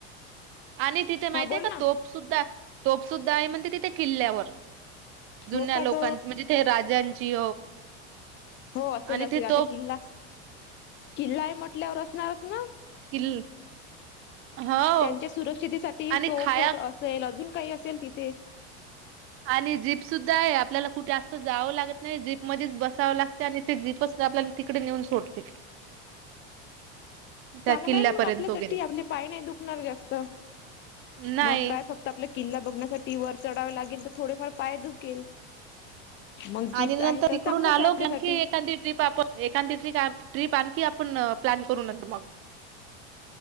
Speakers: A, on the right; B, on the left.
A: आणि तिथे माहिती
B: हा बोल
A: आहे का
B: ना
A: तोप सुुद्धा तोप सुद्धा आहे म्हणते तिथे किल्ल्यावर जुन्या
B: हो का
A: लोकां
B: ग
A: म्हणजे तेे राजांची
B: हो असेल
A: आणि
B: असेल
A: ते
B: आता
A: तोप
B: किल्ला किल्ला आहे म्हटल्यावर असणारच ना
A: <unintelligible> हो
B: त्यांच्या सुरक्षितसाठी
A: आणि
B: तोफ
A: खाया
B: व असेल अजून काही अस <unintelligible>
A: आणि जीप सुद्धा आहे आपल्याला कुठे जात जावं लागत नाही जीप मध्येच बसावं लागते आणि ते जीपच आपल्या तिकडे नेऊन सोडते त्या
B: चांगला
A: किल्ल्यापर्यंत
B: आहे मग आपल्यासाठी
A: वगैरे
B: आपले पाय नाही दुखणार जास्त
A: नाही
B: मग काय फक्त आपला किल्ला बघण्यासाठी वर चढावे लागेल तर थोडेफार पाय दुखेल मग जीप
A: आणि नंतर
B: आहे तर
A: तिकडून
B: चांगलंच
A: आलो
B: आहे आपल्यासाठी
A: की आणखी एखादी ट्रीप आप एखादी टप ट्रीप आणखी आपण प्लॅन करून नो मग